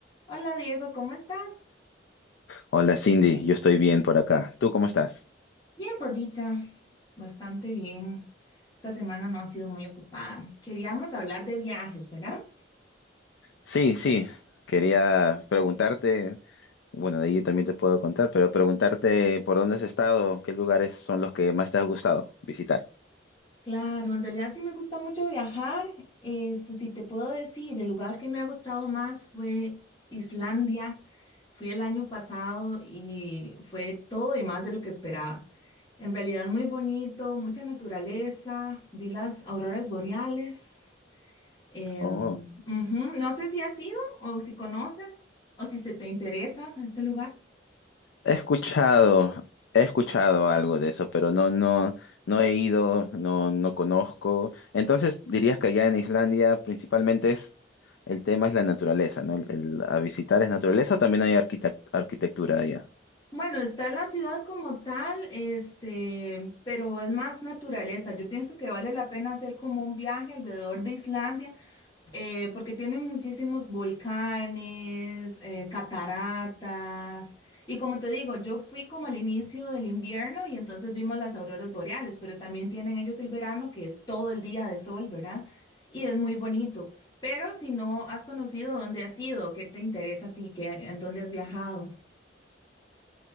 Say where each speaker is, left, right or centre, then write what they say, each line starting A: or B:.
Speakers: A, on the left (about 25°); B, on the left (about 70°).
A: Hola Diego, ¿cómo estás?
B: Hola Cindy, yo estoy bien por acá. ¿Tú cómo estás?
A: Bien, por dicha, bastante bien. Esta semana no ha sido muy ocupada. Queríamos hablar de viajes, ¿verdad?
B: Sí, sí, quería preguntarte, bueno, de ahí también te puedo contar, pero preguntarte por dónde has estado, qué lugares son los que más te ha gustado visitar.
A: Claro, en realidad sí me gusta mucho viajar. Este, si te puedo decir, el lugar que me ha gustado más fue Islandia. Fui el año pasado y fue todo y más de lo que esperaba. En realidad muy bonito, mucha naturaleza, vi las auroras boreales. Eh,
B: Oh,
A: ujú, No sé si has ido o si conoces o si se te interesa ese lugar.
B: he escuchado, he escuchado algo de eso, pero no, no, no he ido, no, no conozco. Entonces dirías que allá en Islandia principalmente es, el tema es la naturaleza, ¿no? El, el- a visitar es naturaleza o también hay arquitect- arquitectura allá.
A: Bueno, está la ciudad como tal, este, pero es más naturaleza. Yo pienso que vale la pena hacer como un viaje alrededor de Islandia, eh, porque tienen muchísimos volcanes, eh, cataratas. Y como te digo, yo fui como al inicio del invierno y entonces vimos las auroras boreales, pero también tienen ellos el verano, que es todo el día de sol, ¿verdad? Y es muy bonito. Pero si no has conocido dónde has ido, qué te interesa a ti, qué, en dónde has viajado.